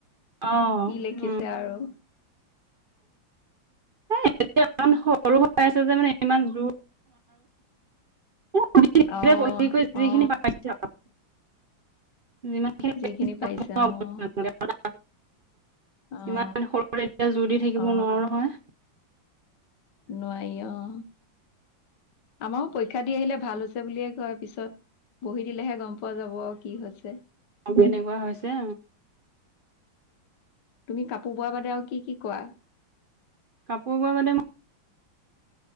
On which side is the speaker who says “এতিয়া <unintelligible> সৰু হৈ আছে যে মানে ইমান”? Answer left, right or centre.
Right